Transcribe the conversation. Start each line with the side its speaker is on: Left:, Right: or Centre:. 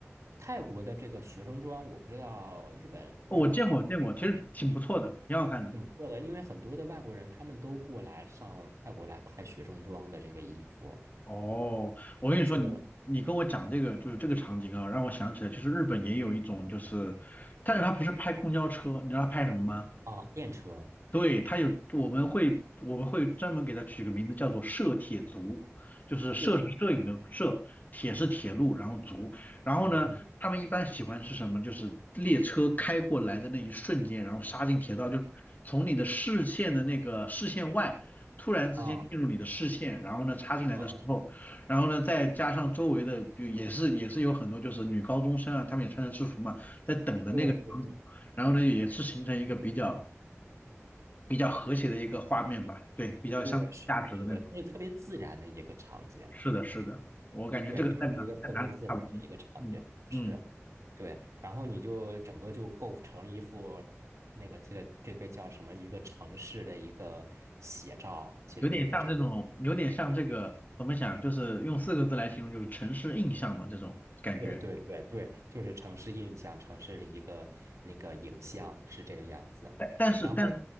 Right: 泰国的这个学生装，我不知道日本日本的啊，
Left: 哦我见过，见过，其实挺不错的，
Right: 对，
Left: 挺好看的。
Right: 挺不错的，因为很多的外国人他们都过来上泰国来拍学生装的这个衣服，
Left: 哦，我跟你说，
Right: 是
Left: 你你跟我讲这个就是这个场景啊，让我想起来，就是日本也有一种就是，但是他不是拍公交车，你知道他拍什么吗？
Right: 啊，电车，
Left: 对，它有，我们会我们会专门给它取个名字，
Right: 对，
Left: 叫做摄铁族，就是摄是摄影的摄，
Right: 坐地铁，
Left: 铁是铁路，然后族。然后呢，
Right: 嗯。
Left: 他们一般喜欢是什么？就是列车开过来的那一瞬间，然后杀进铁道，就是从你的视线的那个视线外，突然之间进入你的视线，
Right: 啊
Left: 然后呢插进来的时候，
Right: 啊啊！
Left: 然后呢再加上周围的，就也是也是有很多就是女高中生啊，她们也穿着制服嘛，在等的那个场景，
Right: 对对对对，
Left: 然后呢也是形成一个比较。比较和谐的一个画面吧，对，比较相价值的那种。
Right: 是的是的，就是特别自然的一个场景，
Left: 是的，是的，我感觉这个在哪在哪里都差不多。
Right: 对，就是一个特别自然的一个场景，
Left: 嗯嗯，
Right: 是，对，然后你就整个就构成一幅那个这这个叫什么一个城市的一个写照，其实就是这个，
Left: 有点像这种，有点像这个怎么讲，就是用四个字来形容，就是城市印象嘛，这种感觉。
Right: 对对对对，就是城市印象，城市的一个那个影像是这个样子，
Left: 但是但是，
Right: 然后